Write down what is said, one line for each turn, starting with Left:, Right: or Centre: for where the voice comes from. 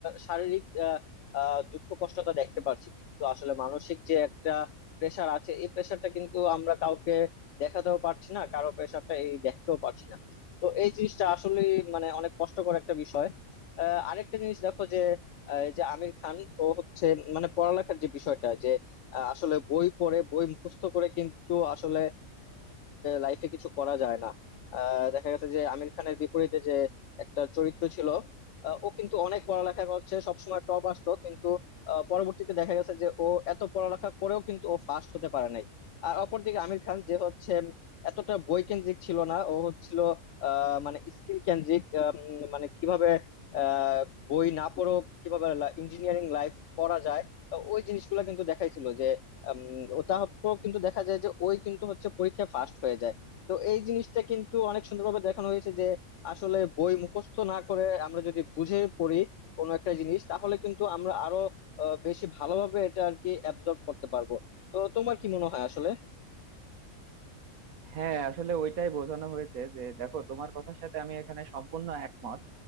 Left: শারীরিক আহ, আহ, দুঃখ কষ্টটা দেখতে পারছি কিন্তু আসলে মানসিক যে একটা প্রেশার আছে এই প্রেশারটা কিন্তু আমরা কাউকে দেখাতেও পারছি না কারো প্রেশারটা এই দেখতেও পারছি না তো এই জিনিসটা আসলে মানে অনেক কষ্টকর একটা বিষয় আহ, আরেকটা জিনিস দেখো যে আহ, এই যে আমির খান ও হচ্ছে মানে পড়ালেখার যে বিষয়টা যে আহ, আসলে বই পড়ে বই মুখস্থ করে কিন্তু আসলে লাইফে কিছু করা যায় না আহ, দেখা গেছে যে আমির খানের বিপরীতে যে একটা চরিত্র ছিল আহ, ও কিন্তু অনেক পড়ালেখা করছে সবসময় টপ আসতো কিন্তু আহ, পরবর্তীতে দেখা গেছে যে ও এত পড়ালেখা করেও কিন্তু ও ফার্স্ট হতে পারে নাই আর অপরদিকে আমির খান যে হচ্ছে এতটা বই কেন্দ্রিক ছিল না ও হচ্ছিল আহ, মানে স্কিল কেন্দ্রিক আহ, উম, মানে কিভাবে আহ, বই না পড়েও কিভাবে ইঞ্জিনিয়ারিং লাইফ পড়া যায় তো ওই জিনিসগুলো কিন্তু দেখাইছিল যে ও তারপর কিন্তু দেখা যায় যে ওই কিন্তু হচ্ছে পরীক্ষায় ফার্স্ট হয়ে যায় তো এই জিনিসটা কিন্তু অনেক সুন্দরভাবে দেখানো হয়েছে যে আসলে বই মুখস্থ না করে আমরা যদি বুঝে পড়ি কোনো একটা জিনিস তাহলে কিন্তু আমরা আরো আহ, বেশি ভালোভাবে এটা আর কি অ্যাবজর্ব করতে পারবো তো তোমার কি মনে হয় আসলে
Right: হ্যাঁ আসলে ওইটাই বোঝানো হয়েছে যে দেখো তোমার কথার সাথে আমি এখানে সম্পূর্ণ একমত